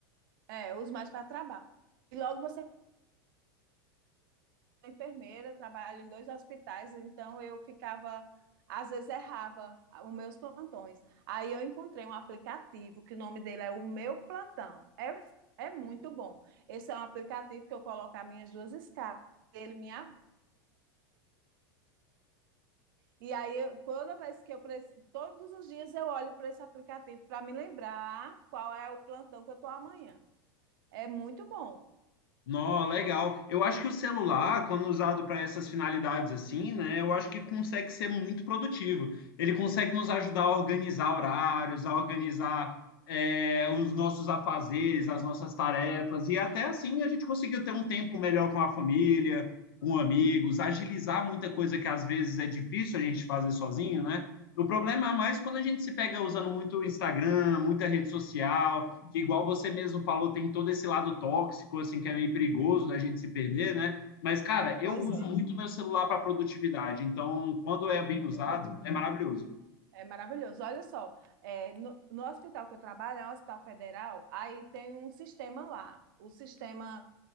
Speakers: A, on the right (about 65°); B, on the left (about 70°).
A: É, eu uso mais para trabalho. E logo você é enfermeira, trabalha em dois hospitais, então eu ficava, às vezes errava os meus plantões. Aí eu encontrei um aplicativo que o nome dele é o Meu Plantão. É, é muito bom. Esse é um aplicativo que eu coloco as minhas duas escalas, ele me avisa. E aí, eu, toda vez que eu preciso, todos os dias eu olho para esse aplicativo para me lembrar qual é o plantão que eu estou amanhã. É muito bom.
B: Nó, legal. Eu acho que o celular, quando usado para essas finalidades assim, né, eu acho que consegue ser muito produtivo. Ele consegue nos ajudar a organizar horários, a organizar é, os nossos afazeres, as nossas tarefas, e até assim a gente conseguiu ter um tempo melhor com a família, com amigos, agilizar muita coisa que às vezes é difícil a gente fazer sozinho, né? O problema é mais quando a gente se pega usando muito Instagram, muita rede social,
A: É.
B: que igual você mesmo falou, tem todo esse lado tóxico, assim, que é meio perigoso da gente se perder, né? Mas, cara, eu
A: Pois
B: uso
A: é.
B: muito meu celular para produtividade, então quando é bem usado,
A: Eu tam-
B: é maravilhoso.
A: É maravilhoso. Olha só, é, no, no hospital que eu trabalho, é um hospital federal, aí tem um sistema lá. O sistema